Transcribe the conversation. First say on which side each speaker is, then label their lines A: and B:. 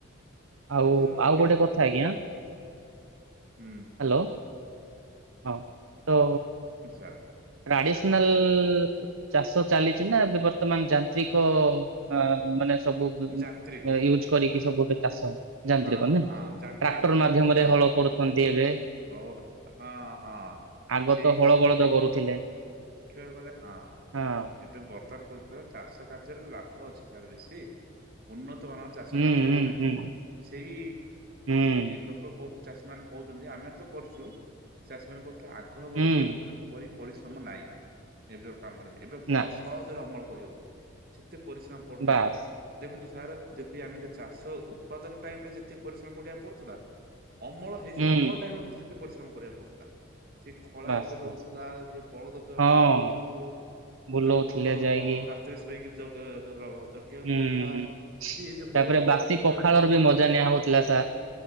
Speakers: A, on the right; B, on the right.
A: ଆଉ
B: ଯାହା
A: ଆଉ
B: କିନ୍ତୁ
A: ଗୋଟେ କଥା ଆଜ୍ଞା।
B: ହୁଁ।
A: ହ୍ୟାଲୋ ହଁ ତ।
B: ଆନ୍ତୁ ସାର୍।
A: ଟ୍ରାଡିସନାଲ ଚାଷ ଚାଲିଛି ନା ଏବେ ବର୍ତ୍ତମାନ ଯାନ୍ତ୍ରିକ ଅ ମାନେ ସବୁ
B: ଯାନ୍ତ୍ରିକ
A: ୟୁଜ କରିକି ସବୁ ଏବେ ଚାଷ ଯାନ୍ତ୍ରିକ
B: ହଁ ହଁ
A: କ ନାଇ
B: ହଁ ଯାନ୍ତ୍ରିକ
A: ଟ୍ରାକ୍ଟର ମାଧ୍ୟମରେ
B: ହଁ
A: ହଳ କରୁଛନ୍ତି ଏବେ
B: ପ୍ର ହଁ ହଁ।
A: ଆଗ
B: ସେଇ
A: ତ ହଳ
B: ହିସାବରେ
A: ବଳଦ କରୁଥିଲେ।
B: ଦେଖିବାକୁ ଗଲେ ହଁ
A: ହଁ
B: ଏବେ ବର୍ତ୍ତମାନ କଛି ବା ଚାଷ କାର୍ଯ୍ୟରେ ଲାଭ ଅଛି ସାର୍ ବେଶୀ। ଉନ୍ନତ ମାନର ଚାଷ
A: ହୁଁ
B: କାର୍ଯ୍ୟ
A: ହୁଁ
B: କଲେଣି,
A: ହୁଁ
B: ସେଇ
A: ହୁଁ
B: ଲୋକ କହୁଛନ୍ତି ଚାଷୀ ମାନେ କହୁଛନ୍ତି ଆମେ ତ କରିଛୁ ସେ ଚାଷୀ ମାନେ କହୁଥିଲେ ଆଗର ମଧ୍ୟ
A: ହୁଁ
B: ଭ ପରି ପରିଶ୍ରମ ନାହିଁ। ଏବେ ର କାମରେ ଏବେ
A: ନା
B: ସହଜରେ ଅମଳ କରି ଯାଉଛି ସେତେ ପରିଶ୍ରମ ପଡୁନଥିଲେ।
A: ବାସ୍
B: ଦେଖନ୍ତୁ ସାର୍ ଯଦି ଆମେ ଚାଷ ଉତ୍ପାଦନ ଟାଇମରେ ଯେତକି ପରିଶ୍ରମ ପଡ଼ିବାକୁ ପଡୁଥିଲା ଅମଳ ସେ
A: ହୁଁ
B: ଅମଳ ଟାଇମ ରେ ମଧ୍ୟ ସେଠି ପରିଶ୍ରମ କରିବାକୁ ପଡୁଥିଲା, ସେ ଖଳା
A: ବାସ୍
B: ଗୋଟେ ରହୁଥିଲା,
A: ବାସ୍
B: ସେ ବଳଦ ବୁଲଉଥିଲୁ,
A: ହଁ ବୁଲଉଥିଲେ
B: ତାକୁ ଅ
A: ଯାଇକି
B: ରାତିରେ ଶୋଇକି ଯ ଜଗିବାକୁ
A: ହୁଁ।
B: ପଡୁଥିଲା, <unintelligible> ବଳଦ
A: ତାପରେ
B: ଦ୍ୱାରା
A: ବାସି
B: ବୁଲାଇବା
A: ପଖାଳର ବି ମଜା ନିଆ ହଉଥିଲା ସାର୍।